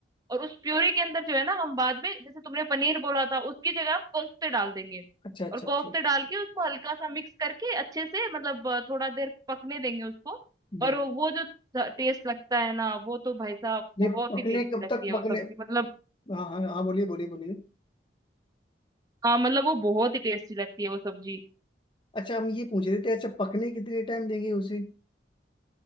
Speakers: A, on the right (about 20°); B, on the left (about 25°).
A: और उस प्योरी के अंदर जो है ना हम बाद में जैसे तुमने पनीर बोला था उसकी जगह हम कोफ्ते डाल देंगे
B: अच्छा अच्छा
A: और
B: अच्छा
A: कोफ्ते डाल के उसको हल्का सा मिक्स करके अच्छे से मतलब अ, थोड़ा देर पकने देंगे उसको
B: हम्म
A: और वो जो टेस्ट लगता है ना वो तो भाई साहब
B: ये
A: बहुत
B: पकने
A: ही टेस्टी
B: कब
A: लगती
B: तक
A: है
B: पकने
A: वो सब्जी मतलब
B: हाँ हाँ हाँ बोलिए बोलिए बोलिए
A: हाँ मतलब वो बहुत ही टेस्टी लगती है वो सब्जी
B: अच्छा हम ये पूछ रहे थे अच्छा पकने कितने टाइम देंगे उसे